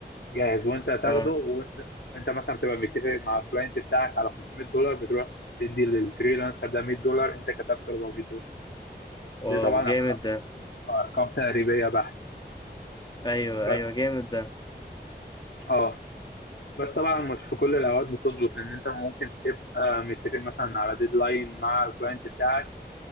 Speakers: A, on the left; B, on the left.
A: جاهز وانت هتاخده
B: أه
A: وانت انت مثلا بتبقى متفق مع الكلاينت بتاعك على 500 دولار بتروح تدي للفريلانسر ده 100 دولار انت كسبت 400 دولار
B: واو
A: ده طبعا
B: جامد
A: أرق-
B: ده
A: ارقام تقريبيه بحت
B: أيوه
A: بس
B: أيوه جامد ده
A: اه بس طبعا مش في كل الاوقات بتظبط لان انت ممكن تبقى متفق مثلا على ديدلاين مع الكلاينت بتاعك